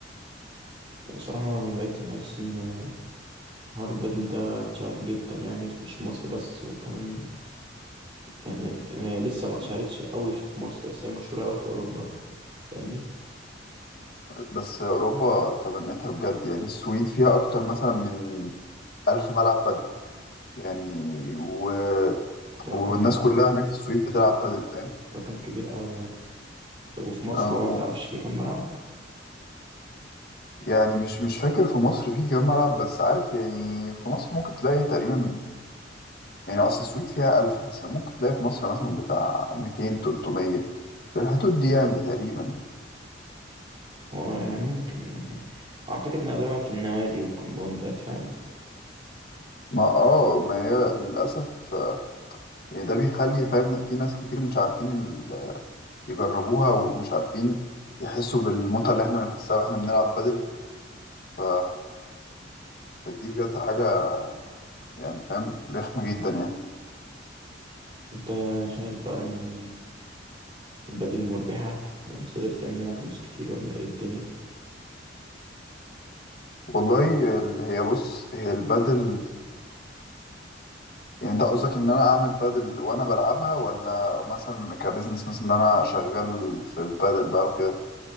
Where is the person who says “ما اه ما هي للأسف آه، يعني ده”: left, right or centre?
Left